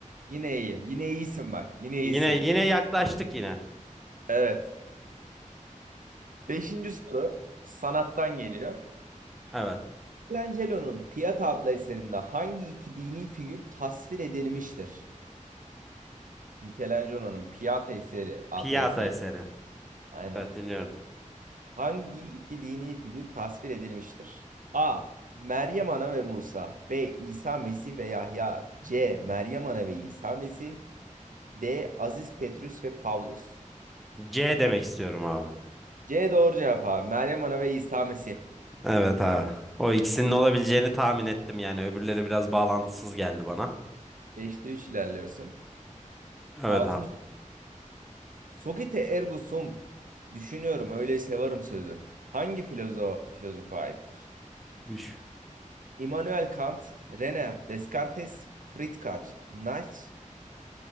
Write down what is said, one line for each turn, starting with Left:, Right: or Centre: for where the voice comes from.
Right: Yine iyi. Yine iyisin bak. Yine
Centre: Yine
Right: iyisin.
Centre: yine yaklaştık yine.
Right: Evet. Beşinci soru sanattan geliyor.
Centre: Evet.
Right: Michelangelo'nun Pieta adlı eserinde hangi iki dini figür tasvir edilmiştir? Michelangelo'nun Pieta eseri adlı
Centre: Piyata
Right: eseri.
Centre: eseri.
Right: Aynen.
Centre: Evet dinliyorum.
Right: Hangi iki dini figür tasvir edilmiştir? A. Meryem Ana ve Musa. B. İsa Mesih ve Yahya. C. Meryem Ana ve İsa Mesih. D. Aziz Petrus ve Pavlus.
Centre: C demek istiyorum abi.
Right: C doğru cevap abi. Meryem Ana ve İsa Mesih.
Centre: Evet abi. O ikisinin olabileceğini tahmin ettim yani. Öbürleri biraz bağlantısız geldi bana.
Right: Beşte 3 ilerliyorsun.
Centre: Evet
Right: Altıncı.
Centre: abi.
Right: Sokite ergo sum. Düşünüyorum öyleyse varım sözü. Hangi filozo filozofa aittir?
Centre: Düş.
Right: Immanuel Kant, René Descartes, Friedrich Nietzsche,